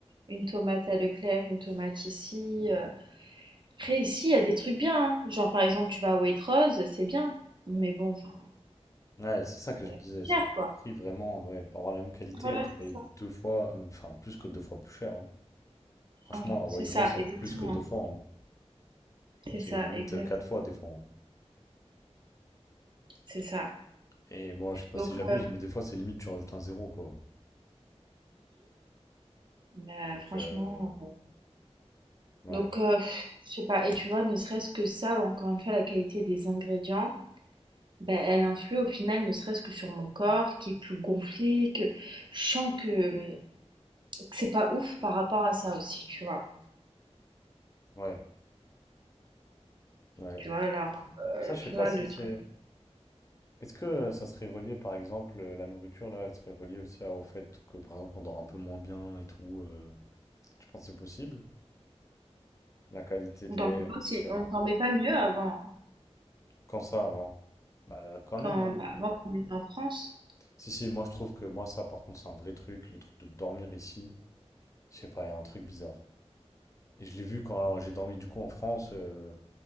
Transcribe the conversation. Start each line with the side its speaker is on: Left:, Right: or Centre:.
Right: une tomate à Leclerc, une tomate ici, euh, Après ici, il y a des trucs bien, hein. Genre, par exemple, tu vas à Waitrose, c'est bien. Mais bon, enfin,
Left: ouais c'est ça que
Right: euh,
Left: je disais,
Right: c'est
Left: c'est
Right: cher,
Left: que le
Right: quoi.
Left: prix vraiment, ouais, pour avoir la même qualité,
Right: Voilà,
Left: tu
Right: c'est
Left: payes
Right: ça.
Left: deux fois, euh, enfin plus que deux fois plus cher. hein. Franchement,
Right: Ah,
Left: à
Right: C'est
Left: Waitrose,
Right: ça,
Left: c'est
Right: exactement.
Left: plus que deux fois. hein.
Right: C'est
Left: C'est
Right: ça,
Left: limite
Right: exact.
Left: euh, quatre fois des fois. hein.
Right: C'est ça.
Left: Et bon, je sais pas
Right: Donc,
Left: si j'abuse,
Right: euh,
Left: mais des fois, c'est limite tu rajoutes un zéro, quoi.
Right: bah,
Left: Donc,
Right: franchement,
Left: euh,
Right: euh,
Left: ouais,
Right: donc, euh, pff, je sais pas. Et tu vois, ne serait-ce que ça, encore une fois, la qualité des ingrédients, ben elle influe au final, ne serait-ce que sur mon corps, qui est plus gonflé, que je sens que, hum, que c'est pas ouf par rapport à ça aussi, tu vois.
Left: ouais, ouais.
Right: Tu vois, alors, euh,
Left: Ça, je
Right: tu
Left: sais pas
Right: vois,
Left: si
Right: le
Left: c'est.
Right: truc.
Left: Est-ce que euh, ça serait relié, par exemple, euh, la nourriture, là, elle serait reliée aussi à- au fait que, par exemple, on dort un peu moins bien et tout. euh, tu penses que c'est possible? La qualité de
Right: On dormait
Left: l'air,
Right: pas
Left: etc.
Right: aussi- on dormait pas mieux avant.
Left: Quand ça avant? Bah quand
Right: Quand
Left: même, hein.
Right: bah, avant qu'on était en France.
Left: Si, si, moi je trouve que moi ça par contre c'est un vrai truc, le truc de dormir ici, je sais pas, il y a un truc bizarre. Et je l'ai vu quand euh, j'ai dormi du coup en France, euh,